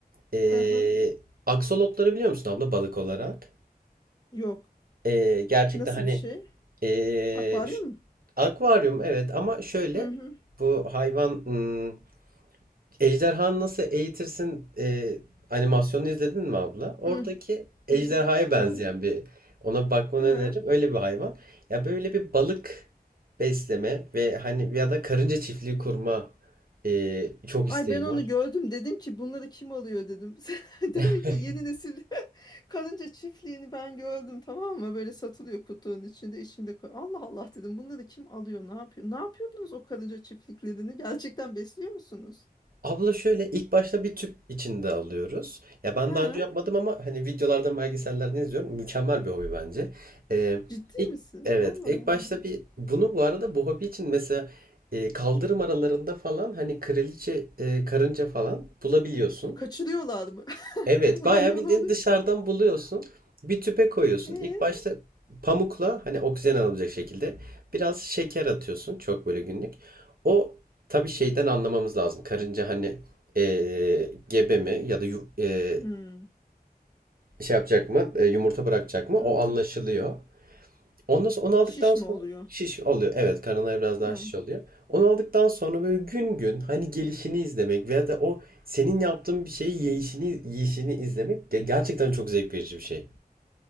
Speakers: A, on the right; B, on the left.
A: Ee,
B: hı hı.
A: aksolotları biliyor musun abla balık olarak?
B: Yok.
A: Ee, gerçekten
B: Nasıl
A: hani
B: bir şey?
A: ee,
B: Akvaryum mu?
A: Akvaryum evet ama şöyle
B: Hı hı.
A: bu hayvan ım, ejderhanı nasıl eğitirsin e, animasyonu izledin mi abla? Oradaki
B: Hı.
A: ejderhaya
B: y-
A: benzeyen
B: Yok.
A: bir ona bir bakmanı
B: Hı.
A: öneririm. Öyle bir hayvan. Ya böyle bir balık besleme ve hani ya da karınca çiftliği kurma e, çok
B: Ay
A: isteğim
B: ben onu
A: var.
B: gördüm. Dedim ki bunları kim alıyor dedim. <laughs> Demek
A: <laughs>
B: ki yeni nesil <laughs> karınca çiftliğini ben gördüm tamam mı? Böyle satılıyor kutunun içinde içinde. kar- Allah Allah dedim bunları kim alıyor ne yapıyor? Ne yapıyordunuz o karınca çiftliklerini? Gerçekten besliyor musunuz?
A: Abla şöyle ilk başta bir tüp içinde alıyoruz. Ya ben
B: Ha?
A: daha önce yapmadım ama hani videolardan belgesellerden izliyorum. Mükemmel bir hobi bence. Ee,
B: Ciddi
A: ilk
B: misin?
A: evet
B: Allah
A: ilk
B: Allah.
A: başta bir bunu bu arada bu hobi için mesela e, kaldırım aralarında falan hani kraliçe e, karınca falan bulabiliyorsun.
B: Kaçırıyorlar mı? <laughs>
A: Evet, bayağı
B: Hayvan
A: bildiğin
B: alıyor.
A: dışarıdan buluyorsun. Bir tüpe koyuyorsun.
B: E?
A: İlk başta pamukla hani oksijen alabilecek şekilde biraz şeker atıyorsun. Çok böyle günlük. O tabii şeyden anlamamız lazım. Karınca hani eee, gebe mi ya da yu- eee,
B: Hmm.
A: şey yapacak mı? e, yumurta bırakacak mı?
B: mhm.
A: O anlaşılıyor. Ondan sonra onu aldıktan
B: Şiş
A: sonra
B: mi oluyor?
A: şiş oluyor. Evet karınları biraz daha
B: Hı.
A: şiş oluyor. Onu aldıktan sonra böyle gün gün hani gelişini izlemek veya da o senin yaptığın bir şeyi yeyişini, yiyişini izlemek ge- gerçekten çok zevk verici bir şey.